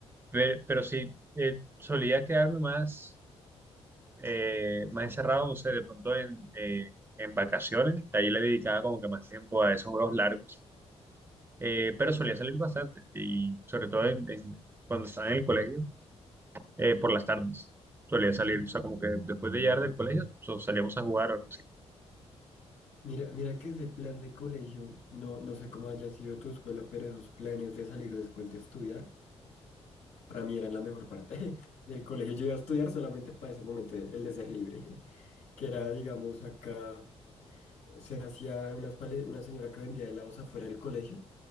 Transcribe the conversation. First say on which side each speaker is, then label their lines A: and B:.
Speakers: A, on the right; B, on the left.
A: pe- pero, sí, eh, solía quedarme más, eh, más encerrado, no sé, de pronto en, eh, en vacaciones. De ahí le dedicaba como que más tiempo a esos juegos largos. Eh, pero solía salir bastante y sobre todo en- en- cuando estaba en el colegio, eh, por las tardes. Solía salir, o sea, como que después de llegar del colegio, so- salíamos a jugar o algo así.
B: Mira, mira que ese plan de colegio, no, no sé cómo haya sido tu escuela, pero esos planes de salir después de estudiar. Para mí eran la mejor parte <laughs> del colegio. Yo iba a estudiar solamente para ese momento, el de ser libre, <laughs> que era, digamos, acá se hacía unas pale- una señora que vendía helados afuera del colegio